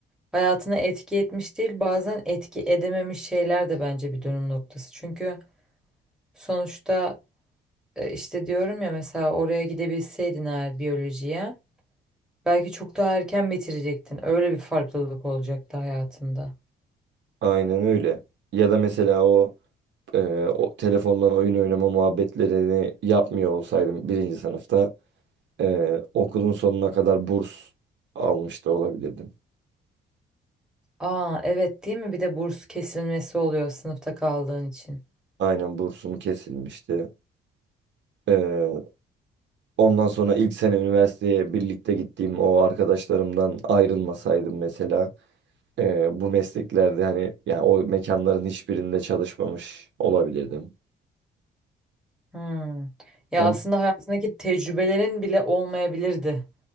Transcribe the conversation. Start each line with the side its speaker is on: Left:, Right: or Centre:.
Centre: hayatına etki etmiş değil bazen etki edememiş şeyler de bence bir dönüm noktası. Çünkü sonuçta e, işte diyorum ya mesela oraya gidebilseydin eğer biyolojiye. Belki çok daha erken bitirecektin. Öyle bir farklılık olacaktı hayatında.
Right: Aynen öyle. Ya da mesela o, e, o telefondan oyun oynama muhabbetlerini yapmıyor olsaydım birinci sınıfta e, okulun sonuna kadar burs almış da olabilirdim.
Centre: Aa evet değil mi? Bir de burs kesilmesi oluyor sınıfta kaldığın için.
Right: Aynen bursum kesilmişti. E, ondan sonra ilk sene üniversiteye birlikte gittiğim o arkadaşlarımdan ayrılmasaydım mesela e, bu mesleklerde hani yani o mekanların hiçbirinde çalışmamış olabilirdim.
Centre: Hmm. Ya
Right: Yani
Centre: aslında hayatındaki tecrübelerin bile olmayabilirdi.